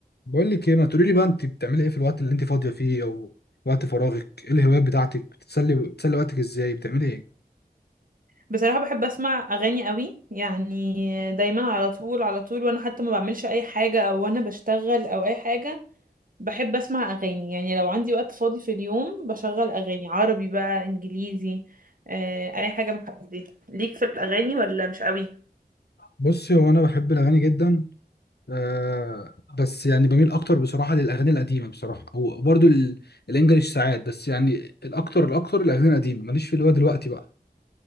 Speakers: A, on the left; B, on the right.
A: بقول لك ايه ما تقولي لي بقى انت بتعملي ايه في الوقت اللي انت فاضيه فيه او وقت فراغك ايه الهوايات بتاعتك بتتسلي بتسلي وقتك ازاي بتعملي ايه
B: بصراحة بحب أسمع أغاني قوي يعني دايما على طول على طول وأنا حتى ما بعملش أي حاجة أو أنا بشتغل أو أي حاجة بحب أسمع أغاني يعني لو عندي وقت فاضي في اليوم بشغل أغاني عربي بقى إنجليزي آه، أي حاجة من الحاجات دي ليك في الأغاني ولا مش قوي
A: بصي هو انا بحب الاغاني جدا آه بس يعني بميل اكتر بصراحه للاغاني القديمه بصراحه او برضو ال- الانجليش ساعات بس يعني الاكتر الاكتر الاغاني القديمه ماليش في اللي هو دلوقتي بقى